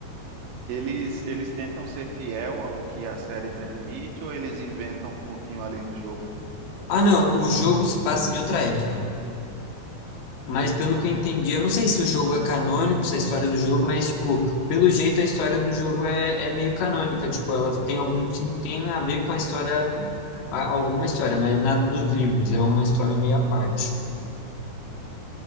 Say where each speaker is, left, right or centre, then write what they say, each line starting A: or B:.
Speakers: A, on the right; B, on the left.
A: Eles, eles tentam ser fiel ao que a série transmite ou eles inventam um pouquinho ali no jogo?
B: Ah, não, o jogo se passa em outra época. Mas pelo que eu entendi, eu não sei se o jogo é canônico, se a história do jogo, mas, tipo, pelo jeito a história do jogo é, é meio canônica. Tipo, ela tem algum, sim- tem a ver com a história, a- alguma história, mas nada dos livros. É uma história meio à parte.